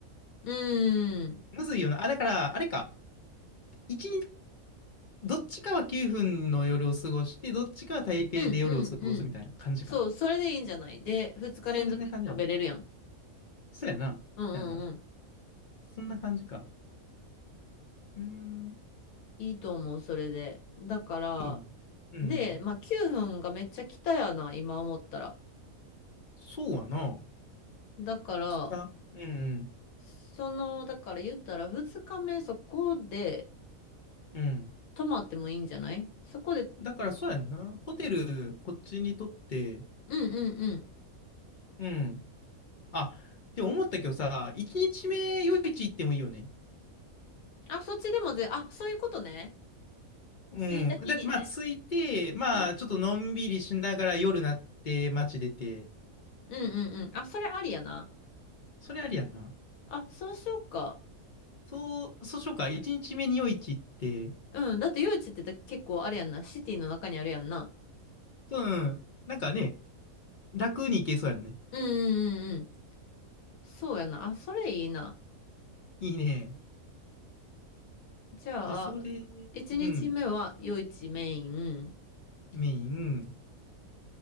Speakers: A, on the left; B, on the left.
A: うん。
B: むずいよな。あ、だから、あれか。一日、どっちかは9分の夜を過ごして、どっちかは台北で夜を過ごすみたいな感じか。
A: うんうんうん。そう、それでいいんじゃないで、二日連続食べれるやん。
B: それで感じやね。そうやな。
A: うんうんうん。
B: そうやな。そんな感じか。うーん。
A: いいと思う、それで。だから、
B: いいね。うん。
A: で、まあ9分がめっちゃ来たやな、今思ったら。
B: そうやな。
A: だから、
B: 北。うんうん。
A: その、だから言ったら二日目そこで
B: うん。
A: 泊まってもいいんじゃないそこで、
B: だからそうやんな。ホテル、こっちにとって、
A: うんうんうん。
B: うん。あ、でも思ったけどさ、1日目夜市行ってもいいよね。
A: あ、そっちでもぜ、あ、そういうことね。
B: うん。
A: 着いた日にね。
B: だってまあ着いて、まあちょっとのんびりしながら夜なって街出て、
A: うん。うんうんうん。あ、それありやな。
B: それありやんな。
A: あ、そうしようか。
B: そう、そうしようか。1日目に夜市行って、
A: うん。だって夜市って結構あれやんな。シティの中にあるやんな。
B: うん。なんかね、楽に行けそうやんね。
A: うんうんうんうん。そうやな。あ、それいいな。
B: いいね。
A: じゃあ、
B: じゃあそれ、
A: 1日目は夜市メイン。
B: うん。メイン。